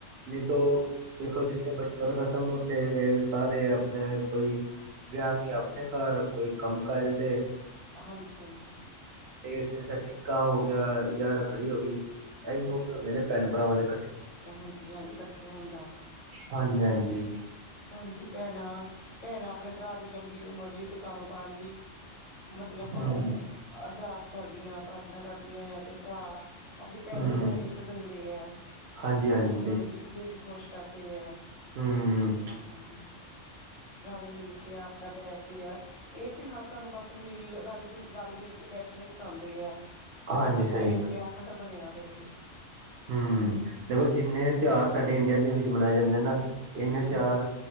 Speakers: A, on the right; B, on the left.
A: ਜਿਥੋ ਦੇਖੋ, ਜਿੱਥੇ ਬਚਪਨ ਖ਼ਤਮ, ਉੱਥੇ ਫੇਰ ਸਾਰੇ ਆਪਣੇ ਕੋਈ ਵਿਆਹ ਕੇ ਆਪਣੇ ਘਰ, ਕੋਈ ਕੰਮ ਕਾਜ ਤੇ।
B: ਹਾਂਜੀ ਹਾਂਜੀ।
A: ਇਸ ਤਰ੍ਹਾਂ ਟਿੱਕਾ ਹੋ ਗਿਆ ਜਾਂ ਰੱਖੜੀ ਹੋ ਗਈ, ਇਹੀ ਮੌਕੇ ਹੁੰਦੇ ਨੇ ਭੈਣ-ਭਰਾਵਾਂ ਦੇ, ਇ
B: ਹਾਂਜੀ ਹਾਂਜੀ, ਇਕੱਠੇ ਹੋਣ ਦਾ।
A: ਹਾਂਜੀ ਹਾਂਜੀ!
B: ਹਾਂਜੀ, ਭੈਣਾਂ -ਭੈਣਾਂ ਆਪਣੇ ਭਰਾ ਦੀ ਲੰਬੀ ਉਮਰ ਲਈ ਅਤੇ ਕਾਰੋਬਾਰ ਲਈ, ਮਤਲਬ
A: ਹੂੰ,
B: ਅਰਦਾਸ ਕਰਦੀਆਂ, ਪ੍ਰਾਰਥਨਾ ਕਰਦੀਆਂ ਆ ਅਤੇ ਭਰਾ ਆਪਣੀ ਭੈਣਾਂ
A: ਹੂੰ।
B: ਨੂੰ ਗਿਫਟ ਦਿੰਦੇ ਐ,
A: ਹਾਂਜੀ-ਹਾਂਜੀ
B: ਉਹਨਾਂ ਨੂੰ ਗਿਫਟ ਦੇ ਕੇ ਖੁਸ਼ ਕਰਦੇ ਐ।
A: ਹਮ।
B: ਹਮ, ਰਲਮਿਲ ਕੇ ਆਪ ਆਪਣਾ ਬੈਠਦੇ ਆ, ਇਹ ਤਿਉਹਾਰ ਸਾਨੂੰ ਬਸ ਮਿਲ, ਰਲ, ਜੁਲ, ਰਲ ਮਿਲ ਕੇ ਬੈਠਣਾ ਸਿ ਸਿਖਾਉਂਦੇ ਐ,
A: ਹਾਂਜੀ
B: ਮਤਲਬ
A: ਸਹੀ
B: ਪ੍ਰੇਮ ਪਿਆਰ ਸਾਡਾ ਬਣਿਆ ਰਵੇ।
A: ਹੂੰ, ਦੇਖੋ ਜਿੰਨੇ ਤਿਉਹਾਰ ਸਾਡੇ ਇੰਡੀਆ ਦੇ ਵਿੱਚ ਮਨਾਏ ਜਾਂਦੇ ਨਾ, ਇੰਨੇ
B: ਹਾਂਜੀ
A: ਤਿਉਹਾਰ